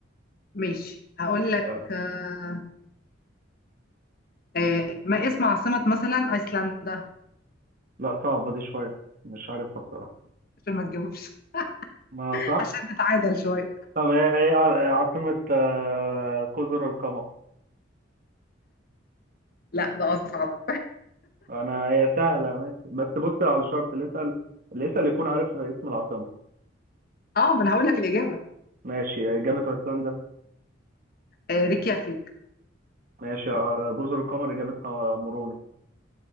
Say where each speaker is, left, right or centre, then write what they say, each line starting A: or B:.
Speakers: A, on the left; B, on the right.
A: ماشي هقول لك
B: آه،
A: آه آه ما اسم عاصمه مثلا ايسلندا
B: لا صعبة دي شوية مش عارفها بصراحة
A: عشان ما تجاوبش
B: ما
A: <laughs>
B: صح
A: عشان نتعادل شويه
B: طب ايه ايه ع- عاصمة آه، جزر القمر
A: لا ده اصعب
B: انا هي سهلة ماشي بس بص على شرط اللي يسأل اللي يسأل يكون عارف اسم العاصمة
A: اه ما انا هقول لك الاجابه
B: ماشي إجابة أيسلندا
A: آه ريكيافيك
B: ماشي آه، جزر القمر إجابتها موروني